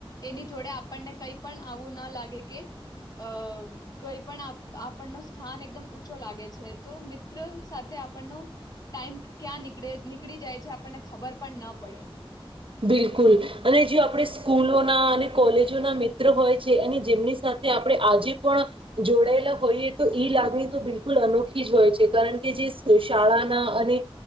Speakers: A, on the left; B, on the right.
A: એની જોડે આપણને કઈ પણ આવું ના લાગે કે અહ કઈ પણ આપણનો સ્થાન એકદમ ઊંચો લાગે છે તો મિત્ર સાથે આપણનો ટાઈમ ક્યાં નીકળે નીકળી જાય છે આપણને ખબર પણ ન પડે.
B: બિલકુલ અને જો આપડે સ્કૂલોના અને કોલેજોના મિત્ર હોય છે અને જેમની સાથે આપડે આજે પણ જોડાયેલા હોઈએ તો ઈ લાગણી તો બિલકુલ અનોખી જ હોય છે કારણ કે જે શાળાના અને